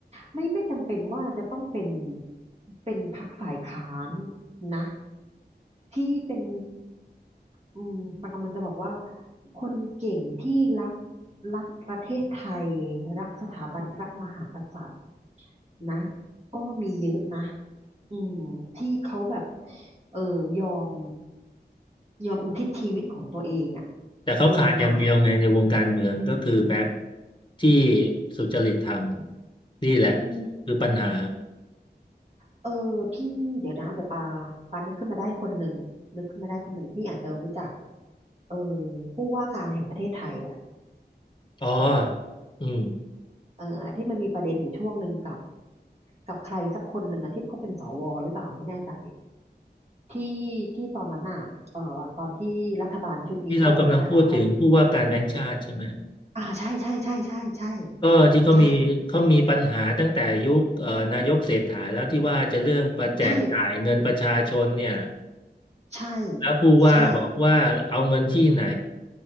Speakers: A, on the right; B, on the left.
A: ไม่ไม่จำเป็นว่าจะต้องเป็นเป็นพรรคฝ่ายค้านนะที่เป็นอืมปากำลังจะบอกว่าคนเก่งที่รักรักประเทศไทยรักสถาบันพระมหากษัตริย์ นะก็มีเยอะนะอืมที่เขาแบบเออยอมยอมอุทิศชีวิตของตัวเองอะ
B: แต่เขาขาดอย่างเดียวไงในวงการเมืองก็คือแบ็ค
A: ลงมา
B: ที่สุจริตธรรมนี่แหละ
A: อืม
B: คือปัญหา
A: เออพี่เดี๋ยวนะเดี๋ยวปาปานึกขึ้นมาได้คนหนึ่งนึกขึ้นมาได้คนหนึ่งที่อาจจะรู้จักเออผู้ว่าการแห่งประเทศไทยอ่ะ
B: อ๋ออืม
A: เออที่มันมีประเด็นอยู่ช่วงหนึ่งกับกับใครสักคนหนึ่งอะที่เขาเป็นสวหรือเปล่าไม่แน่ใจที่ที่ตอนนั้นอ่ะเอ่อตอนที่รัฐบาลชุดนี้เข้ามาแล้วเขา
B: ที่เรากำลังพูดถึงผู้ว่าการแบงก์ชาติใช่ไหม
A: อ่าใช่ใช่ใช่ใช่ใช่
B: ก็ที่เขามีเขามีปัญหาตั้งแต่ยุคเอ่อนายกเศรษฐาแล้วที่ว่าจะเรื่องประแจกจ่ายเงินประชาชนเนี่ย
A: ใช่ใช่ใช่
B: แล้วผู้ว่าบอกว่าเอาเงินที่ไหน
A: ใช่